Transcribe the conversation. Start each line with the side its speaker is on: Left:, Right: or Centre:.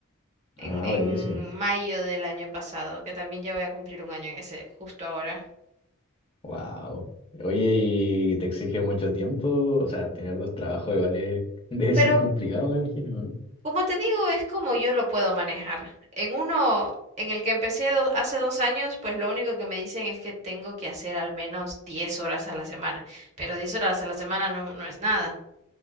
Right: en,
Left: Ah,
Right: en
Left: buenísimo.
Right: mayo del año pasado, que también ya voy a cumplir un año en ese, justo ahora.
Left: Wow. Oye, ¿y te exige mucho tiempo? O sea, tener dos trabajos igual es- <laughs> debe ser
Right: Pero
Left: complicado, me imagino, ¿no?
Right: como te digo, es como yo lo puedo manejar. En uno en el que empecé do- hace dos años, pues lo único que me dicen es que tengo que hacer al menos 10 horas a la semana, pero 10 horas a la semana no, no es nada.